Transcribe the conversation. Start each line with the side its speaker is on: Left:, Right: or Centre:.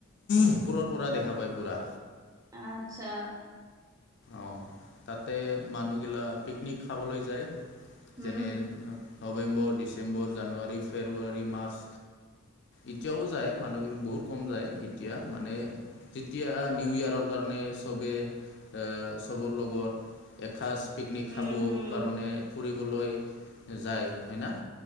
Left: ওপৰৰ পৰা দেখা পায় পুৰা।
Right: আচ্ছা।
Left: অঁ, তাতে মানুহ গিলা পিকনিক খাবলৈ যায়।
Right: হুম
Left: যেনে ধৰক November, December, January, February, March. এতিয়াও যায়, মানুহবোৰ বহুত কম যায়। এতিয়া মানে, যেতিয়া নিউ ইয়েৰৰ কাৰণ্‌ ণে চবে, আঁ চবৰ লগত এসাজ পিকনিক
Right: হুম
Left: খাব
Right: হুম
Left: কাৰণে ফুৰি বলৈ যায় হ'য় না?